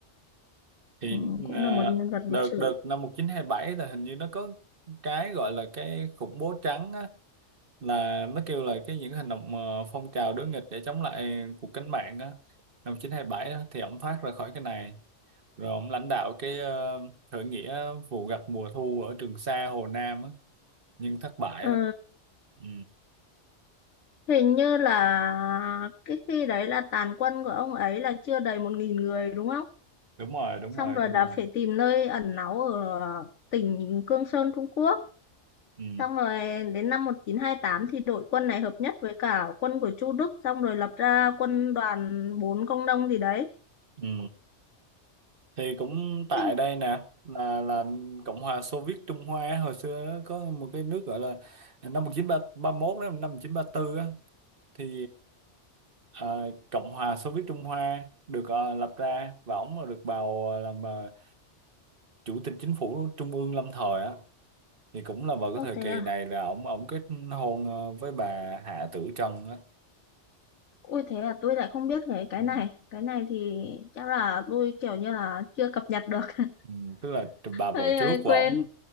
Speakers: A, on the right (about 50°); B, on the left (about 80°).
A: thì
B: Ừ, cũng
A: à,
B: là một nhân vật
A: đợt
B: lịch sử.
A: đợt năm 1927 là hình như nó có cái gọi là cái khủng bố trắng á, là nó kêu là cái những hành động ờ, phong trào đối nghịch để chống lại cuộc cách mạng á năm 1927 á, thì ổng thoát ra khỏi cái này rồi ông lãnh đạo cái ờ, khởi nghĩa vụ gặt mùa thu ở Trường Sa Hồ Nam á, nhưng thất bại
B: Ờ,
A: á ừ.
B: hình như là cái khi đấy là tàn quân của ông ấy là chưa đầy một nghìn người đúng không?
A: đúng rồi đúng
B: xong
A: rồi
B: rồi
A: đúng
B: là
A: rồi
B: phải tìm nơi ẩn náu ở tỉnh Cương Sơn Trung Quốc
A: ừ.
B: xong rồi đến năm 1928 thì đội quân này hợp nhất với cả quân của Chu Đức xong rồi lập ra quân đoàn 4 công nông gì đấy
A: Ừ. thì cũng tại
B: Kinh,
A: đây nè là là Cộng hòa Xô Viết Trung Hoa á, hồi xưa á, có một cái nước gọi là năm 1931 đó năm 1934 á thì ờ, ờ, Cộng hòa Xô Viết Trung Hoa được ờ, lập ra và ổng là được bầu ờ, làm ờ, chủ tịch chính phủ trung ương lâm thời á thì cũng là vào cái
B: ô
A: thời
B: thế
A: kỳ
B: à
A: này là ổng ổng kết hôn ờ, với bà Hạ Tử Trân á
B: ôi thế là tôi lại không biết cái cái
A: ừ.
B: này cái này thì chắc là tôi kiểu như là chưa cập nhật được <laughs>
A: Ừ. tức là bà vợ
B: hơi
A: trước
B: hơi
A: của
B: quên
A: ổng